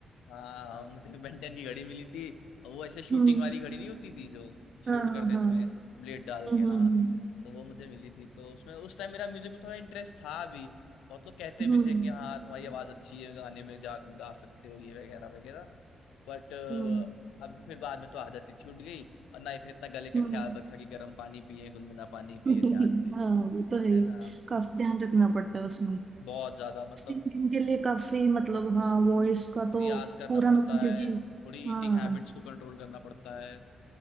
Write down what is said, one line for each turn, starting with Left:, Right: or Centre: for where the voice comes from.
Left: हाँ मुझे बेंटेन की घड़ी मिली थी और वो ऐसे शूटिंग
Right: हम्म
Left: वाली घड़ी नहीं होती थी जो शूट
Right: हाँ
Left: करते
Right: हाँ
Left: इसमें
Right: हाँ
Left: ब्लेड डाल
Right: हम्म
Left: के हाँ
Right: हम्म
Left: तो वो मुझे मिली थी तो उसमें उस टाइम मेरा म्यूजिक में थोड़ा इंटरेस्ट था भी बहुत लोग कहते
Right: हम्म
Left: भी थे कि हाँ तुम्हारी आवाज अच्छी है गाने में जा गा सकते हो ये वगैरह वगैरह बट
Right: हम्म हम्म
Left: अब फिर बाद में तो आदत ही छूट गई और ना ही फिर इतना गले का
Right: हम्म,
Left: ख्याल रखा कि गर्म पानी पिए गुनगुना पानी
Right: <laughs>
Left: पिए ध्यान दे
Right: हाँ वो तो है ही
Left: है ना
Right: काफी ध्यान रखना पड़ता है उसमें
Left: बहुत ज्यादा मतलब
Right: सिंगिंग के लिए काफी मतलब हाँ वॉइस का तो
Left: रियाज करना
Right: पूरा
Left: पड़ता
Right: मैं क्योंकि
Left: है थोड़ी
Right: हाँ
Left: ईटिंग हैबिट्स को कंट्रोल करना पड़ता है